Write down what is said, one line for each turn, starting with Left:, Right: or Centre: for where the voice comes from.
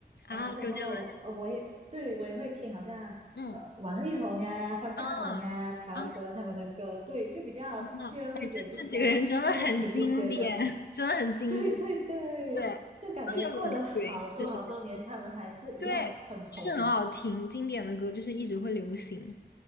Left: 啊，
Right: 然后过后，
Left: 周杰伦。
Right: 呃，我也对我也会听好像呃王力宏呀、
Left: 嗯，
Right: 方大同呀、
Left: 啊
Right: 陶喆他们的歌，
Left: 啊
Right: 对，就比较
Left: 啊！
Right: chill
Left: 哎，
Right: 一点，
Left: 这这几个人真的很经典，
Right: 就比较抒情一些的，
Left: <laughs> 真的很经典。
Right: <laughs> 对对对，
Left: 对，周杰伦，
Right: 就感觉过了好多好多年，
Left: 对，确实不错。
Right: 他们还是一样很红。
Left: 对，就是很好听，经典的歌就是一直会流行